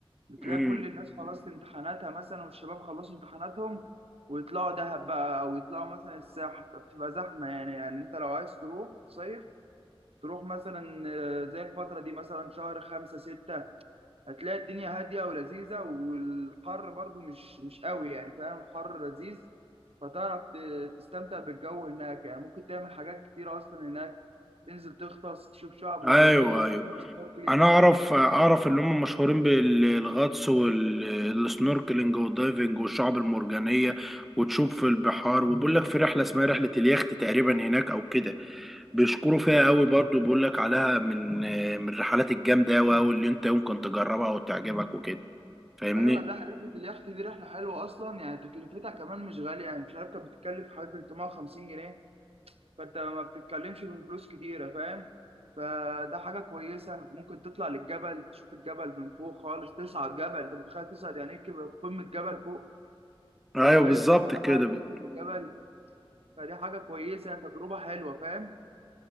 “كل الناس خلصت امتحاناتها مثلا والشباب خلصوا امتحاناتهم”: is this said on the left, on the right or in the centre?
Right